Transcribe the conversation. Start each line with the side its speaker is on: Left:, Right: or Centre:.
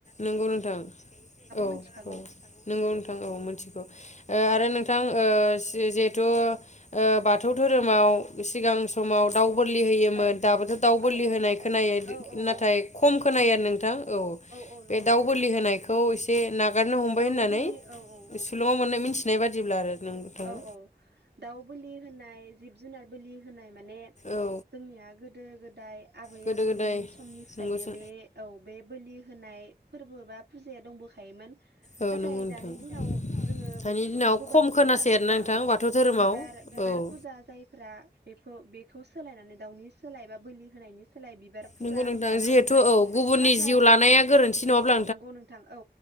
Left: नंगौ नोंथां औ
Right: मिथिखागौ
Left: औ नंगौ नोंथां औ मोनथिगौ आरो नोंथां। ओ जिहेथु ओ बाथौ धोरोमाव सिगां समाव दाव उ बोरलि होयोमोन
Right: औ
Left: दाबोथ' दाउ बोरलि
Right: औ औ
Left: होनाय
Right: नंगौ
Left: खोनायो
Right: नोंथां औ औ
Left: नाथाय
Right: औ औ
Left: खम खोनायो आरो नोंथां औ।
Right: औ नंगौ
Left: बे दाउ
Right: नोंथां
Left: बोलि होनायखौ। बे ना हगारनो हमबाय
Right: दाउ
Left: होननानै
Right: बोलि औ औ औ
Left: सुलंआव मोननाय मिथिनाय बादिब्ला आरो। नोंथाङा
Right: औ औ दाउ बुलि होनाय जिब जुनार बोलि होनाय माने
Left: औ
Right: जोंनिया गोदो गोदाय दाय आबै
Left: गोदो
Right: आबौमोननि
Left: गोदाय
Right: समनिफ्रायनो
Left: नंगौसो
Right: बे औ बे बोलि होनाय फोरबो बा फुजाया दंबोखायोमोन। नाथाय
Left: औ नंगौ नोंथां
Right: दानि दिनाव जोङो
Left: दानि
Right: बेफोरखौ
Left: दिनाव
Right: गोबां
Left: खम
Right: नुनो
Left: खोनासै
Right: नंलिया
Left: आरोना नोंथां
Right: औ
Left: बाथौ धोरोमाव
Right: बिबार बिबार
Left: औ
Right: फुजा जायफोरा बेफोर बेखौ सोलायनानै दाउनि सोलायबा बोलि होनायनि सोलाय बिबार फुजा
Left: नंगौ नोंथां
Right: लानो
Left: जिहेथु
Right: हमबाय
Left: औ गुबुननि
Right: नाथाय
Left: जिउ लानाया गोरोन्थि नङाब्ला
Right: औ औ नंगौ नोंथां औ